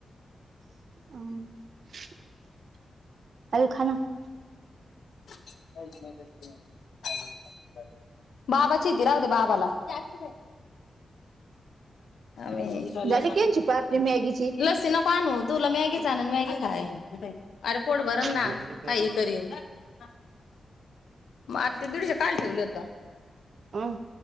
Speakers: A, on the right (about 60°); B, on the left (about 80°).
A: हम् <inaudible>
B: काहीच नाही त्या <inaudible> बाबाचीय ती राह दे बाबाला जा की रे आवी
A: झाली की यांची पार्टी मॅगीची
B: लस्सी नको आणू तूला मॅगी चाचन मॅगी खाय आर पोट भरण
A: पाणी
B: ना
A: आलं प्यायला
B: काही करीन हा मग आत ते दीडशे कायल ठेवलेत
A: अ